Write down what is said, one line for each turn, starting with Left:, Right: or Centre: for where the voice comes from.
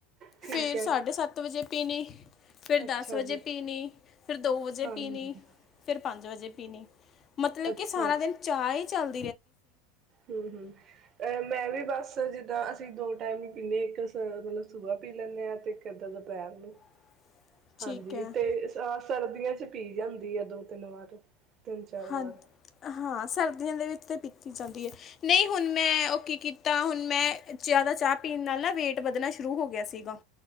Right: ਠੀਕ
Left: ਫਿਰ
Right: ਹੈ
Left: ਸਾਢੇ ਸੱਤ ਵਜੇ ਪੀਣੀ। ਫਿਰ
Right: ਅੱਛਾ
Left: ਦਸ ਵਜੇ
Right: ਜੀ
Left: ਪੀਣੀ ਫਿਰ ਦੋ ਵਜੇ
Right: ਹਾਂਜੀ
Left: ਪੀਣੀ।
Right: ਹਾਂ
Left: ਫਿਰ ਪੰਜ ਵਜੇ ਪੀਣੀ ਮਤਲਬ
Right: ਅੱਛਾ
Left: ਕੀ ਸਾਰਾ ਦਿਨ ਚਾਹ ਈ ਚੱਲ-
Right: ਹੂੰ-ਹੂੰ ਅ ਮੈਂ ਵੀ ਬਸ ਜਿੱਦਾਂ ਅਸੀਂ ਦੋ ਟਾਈਮ ਈ ਪੀਂਨੇ ਆ ਇੱਕ ਸ ਮਤਲਬ ਸੂਬਾ ਪੀ ਲੈਂਨੇ ਆ ਤੇ ਇੱਕ <unintelligible> ਦੁਪਹਿਰ ਨੂੰ।
Left: <inaudible>
Right: ਹਾਂਜੀ
Left: ਹੈ
Right: ਤੇ ਅ ਸਰਦੀਆਂ ਚ ਪੀ ਜਾਂਦੀ ਆ ਦੋ ਤਿੰਨ-ਵਾਰ ਤਿੰਨ-ਚਾਰ
Left: ਹਾਂ
Right: ਵਾਰ।
Left: ਹਾਂ ਸਰਦੀਆਂ ਦੇ ਵਿੱਚ ਤੇ ਪੀਤੀ ਜਾਂਦੀ ਏ। ਨਈ ਹੁਣ ਮੈਂ ਓ ਕੀ ਕੀਤਾ ਹੁਣ ਮੈਂ ਜਿਆਦਾ ਚਾਹ ਪੀਣ ਨਾਲ ਨਾ ਵੇਟ ਵਧਣਾ ਸ਼ੁਰੂ ਹੋ ਗਿਆ ਸੀਗਾ।